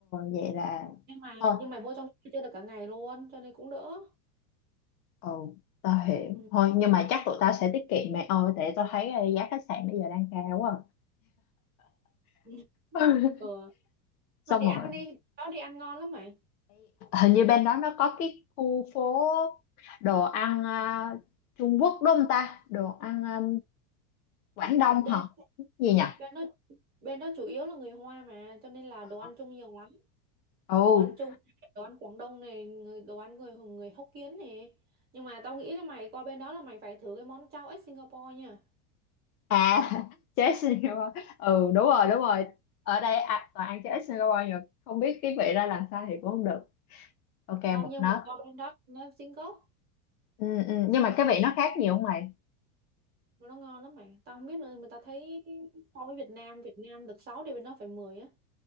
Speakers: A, on the left; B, on the right.
A: vậy là
B: nhưng mà
A: thôi.
B: nhưng mày mua trong đó chơi được cả ngày luôn cho nên cũng đỡ
A: Ồ, tao hiểu.
B: ừ.
A: Thôi, nhưng mà chắc tụi tao sẽ tiết kiệm mày ơi, tại tao thấy ờ, giá khách sạn bây giờ đang cao quá.
B: <laughs>
A: à. <laughs>
B: ừ.
A: Xong
B: mà đi
A: rồi,
B: ăn đi đó đi ăn ngon lắm mày
A: hình như bên đó nó có cái khu phố đồ ăn à, Trung Quốc đúng không ta? Đồ ăn à, Quảng Đông
B: bên
A: hả? Gì nhỉ?
B: bên đó bên đó chủ yếu là người Hoa mà cho nên là
A: Ờ.
B: đồ ăn chung nhiều lắm
A: Ồ,
B: đồ ăn Trung này, đồ ăn Quảng Đông này người đồ ăn người người Hokkien này nhưng mà tao nghĩ là mày qua bên đó là mày phải thử cái món chao ếch Singapore nha
A: à <laughs> chế Singapore. Ừ đúng rồi, đúng rồi. Ở đây à, toàn ăn chế Singapore nhiều, không biết cái vị ra làm sao thì cũng không được. Ok,
B: tao
A: một
B: nhưng
A: nấc.
B: mà qua bên đó nó chính gốc
A: Ừ, ừ. Nhưng mà cái vị nó khác nhiều không mày?
B: nó ngon lắm mày tao không biết nữa mà tao thấy so với Việt Nam Việt Nam được 6 thì bên đó phải 10 á